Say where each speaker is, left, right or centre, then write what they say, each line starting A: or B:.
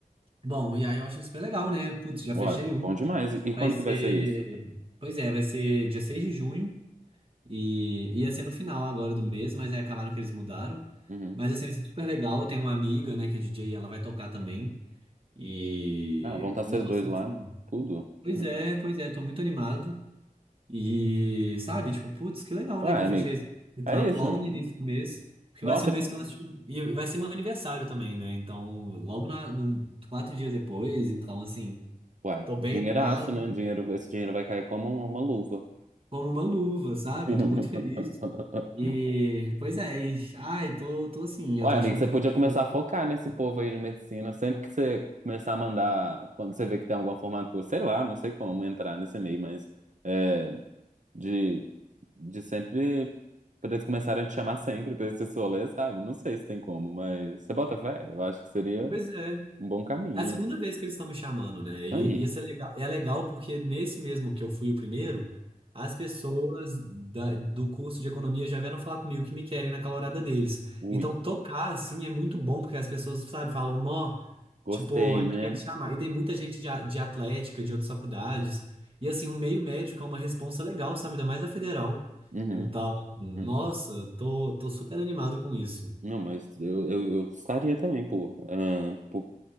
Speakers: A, on the right; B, on the right.
A: Bom, e aí eu achei super legal, né? Putz, já
B: Uai,
A: fechei um.
B: bom demais. E e quando
A: Vai ser.
B: que vai ser isso?
A: Pois é, vai ser dia 6 de junho. E ia ser no final agora do mês, mas aí acabaram que eles mudaram.
B: Uhum.
A: Mas assim, vai ser super legal. Eu tenho uma amiga, né, que é DJ, e ela vai tocar também. E.
B: Ah, vão estar vocês
A: Nossa,
B: dois lá.
A: assim.
B: Tudo.
A: Pois
B: Hum.
A: é, pois é, tô muito animado. E, sabe, tipo, putz, que legal,
B: Uai,
A: né, que eu
B: amigo.
A: fechei esse esse
B: É
A: trampo
B: isso.
A: logo no início do mês, porque
B: Nossa,
A: vai ser um
B: é-
A: mês que eu acho E vai ser meu aniversário também, né, então, logo na, num- quatro dias depois, então, assim,
B: uai,
A: tô
B: dinheiraço,
A: bem animado,
B: né? Dinheiro, esse dinheiro vai cair como uma luva.
A: como uma luva, sabe,
B: <laughs>
A: eu tô muito feliz. E, pois é, e- ai, tô, tô assim, eu
B: Uai,
A: tô achando
B: amigo, você
A: que
B: podia
A: vai ser
B: começar
A: tudo.
B: a focar nesse povo aí de medicina. Sempre que você começar a mandar, quando você vê que tem alguma formatura, sei lá, não sei como entrar nesse meio, mas é, de, de sempre. Pra eles começarem a te chamar sempre, pra esse rolê, sabe? Não sei se tem como, mas você bota fé. Eu acho que seria
A: Pois é,
B: um bom caminho.
A: É a segunda vez que eles estão me chamando, né? E,
B: Aí.
A: e isso é legal, é legal porque nesse mesmo que eu fui o primeiro, as pessoas da- do curso de economia já vieram falar comigo que me querem naquela horada deles.
B: Ui.
A: Então, tocar, assim, é muito bom, porque as pessoas, sabe, falam, nó,
B: Gostei,
A: tipo, a gente
B: né?
A: quer te chamar. E tem muita gente de, a- de atlética, de outras faculdades. E, assim, um meio médico é uma responsa legal, sabe? Ainda mais da federal.
B: Uhum.
A: Então, nossa,
B: uhum.
A: tô, tô super animado com isso.
B: Não, mas eu, eu, eu gostaria também, pô. Ah, pô,